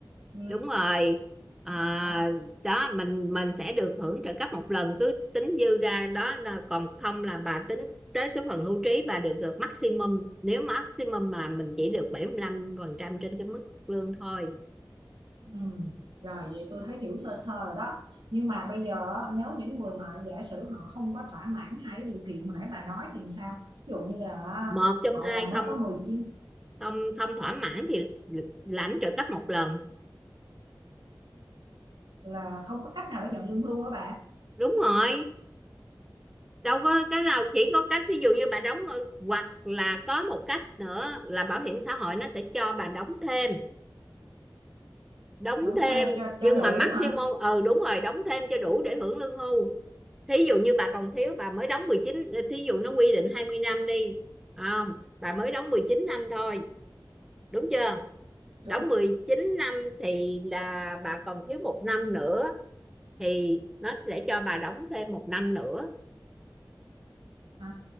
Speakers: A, on the right; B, in the centre.
A: ừ
B: đúng rồi à,
A: đó
B: đó mình mình sẽ được hưởng trợ cấp một lần cứ tính dư ra đó là còn không là bà tính tới cái phần hưu trí bà được được maximum nếu maximum mà mình chỉ được 75 phần trăm trên cái mức lương thôi
A: ừ rồi vậy tôi thấy hiểu sơ sơ rồi đó nhưng mà bây giờ á, nếu những người mà giả sử họ không có thỏa mãn hai cái điều kiện hồi nãy bà nói thì sao ví dụ như là
B: một trong
A: họ
B: hai
A: làm
B: không
A: mới có 19
B: không không thỏa mãn thì lãnh trợ cấp một lần
A: là không có cách nào để nhận lương hưu hả bạn
B: đúng rồi đâu có cái nào chỉ có cách thí dụ như bà đóng hoặc là có một cách nữa là bảo hiểm xã hội nó sẽ cho bà đóng thêm đóng
A: đóng
B: thêm
A: thêm cho
B: nhưng
A: cho đủ
B: mà maximum
A: hả
B: ừ đúng rồi đóng thêm cho đủ để hưởng lương hưu thí dụ như bà còn thiếu bà mới đóng 19 thí dụ nó quy định 20 năm đi không bà mới đóng 19 năm thôi đúng chưa
A: đúng
B: đóng 19 năm thì là bà còn thiếu một năm nữa thì nó sẽ cho bà đóng thêm một năm nữa
A: à